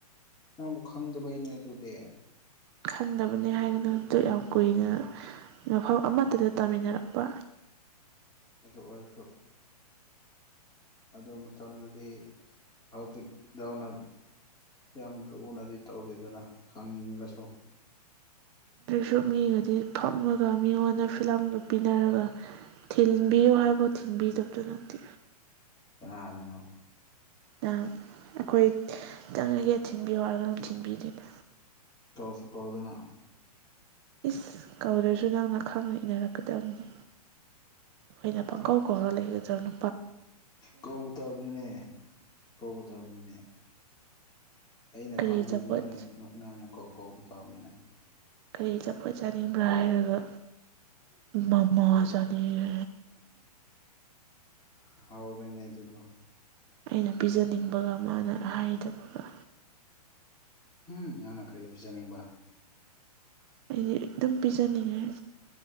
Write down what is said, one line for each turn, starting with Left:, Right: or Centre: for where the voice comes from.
Left: ꯅꯪꯕꯨ ꯈꯪꯗꯕꯕꯩꯅꯦ ꯑꯗꯨꯗꯤ
Right: ꯈꯪꯗꯕꯅꯤ ꯍꯥꯏꯗꯅꯛꯇ ꯌꯥꯝ ꯀꯨꯏꯅ ꯃꯐꯝ ꯑꯃꯠꯇꯗ ꯇꯥꯃꯤꯟꯅꯔꯛꯄ
Left: ꯑꯗꯨ ꯑꯣꯏꯔꯁꯨ ꯑꯗꯨ ꯃꯇꯝꯗꯗꯤ ꯍꯧꯖꯤꯛ ꯗꯧꯅ ꯌꯥꯝ ꯂꯨꯅꯗꯤ ꯇꯧꯗꯦꯗꯅ ꯈꯪꯉꯁꯨ
Right: ꯑꯗꯨꯁꯨ ꯃꯤꯒꯗꯤ ꯐꯝꯃꯒ ꯃꯤꯉꯣꯟꯗ ꯐꯤꯂꯝꯒ ꯄꯤꯅꯔꯒ ꯊꯤꯟꯕꯤꯌꯨ ꯍꯥꯏꯐꯥꯎ ꯊꯤꯟꯕꯤꯗꯕꯗꯨ ꯅꯪꯗꯤ
Left: ꯀꯅꯥꯗꯅꯣ
Right: ꯅꯪ ꯑꯩꯈꯣꯏ ꯆꯪꯂꯤꯒꯦ ꯊꯤꯟꯕꯤꯌꯣ ꯍꯥꯏꯔꯒ ꯑꯗꯨꯝ ꯊꯤꯟꯕꯤꯗꯦꯅ
Left: ꯀꯧꯁꯨ ꯀꯧꯗꯅ
Right: ꯏꯁ ꯀꯧꯗ꯭ꯔꯁꯨ ꯅꯪꯅ ꯈꯪꯅ ꯏꯟꯅꯔꯛꯀꯗꯕꯅꯤ ꯑꯩꯅ ꯄꯥꯡꯀꯧ ꯀꯂ ꯂꯩꯒ ꯆꯅ
Left: ꯀꯧꯕꯥ ꯇꯥꯕꯅꯤꯅꯦ ꯀꯧꯕꯥ ꯇꯥꯕꯅꯤꯅꯦ ꯑꯩꯅ
Right: ꯀꯔꯤ
Left: ꯈꯪꯗ꯭ꯔꯗꯤ
Right: ꯑꯆꯥꯄꯣꯠ
Left: ꯅꯣꯏꯅ ꯅꯣꯏꯅ ꯀꯧꯕ ꯇꯥꯕꯅꯤꯅꯦ
Right: ꯀꯩ ꯑꯆꯥꯄꯣꯠ ꯆꯥꯅꯤꯡꯕ꯭ꯔꯥ ꯍꯥꯏꯔꯒ ꯃꯃꯥ ꯆꯥꯅꯤꯡ ꯌꯦ
Left: ꯍꯥꯎꯕꯅꯤꯅꯦ ꯑꯗꯨ ꯗꯣ
Right: ꯑꯩꯅ ꯄꯤꯖꯅꯤꯡꯕꯒ ꯃꯥꯅ ꯍꯥꯏꯗꯕꯒ
Left: ꯎꯝ ꯅꯪꯅ ꯀꯔꯤ ꯄꯨꯖꯅꯤꯡꯕ
Right: ꯑꯩꯗꯤ ꯑꯗꯨꯝ ꯄꯤꯖꯅꯤꯡꯉꯦ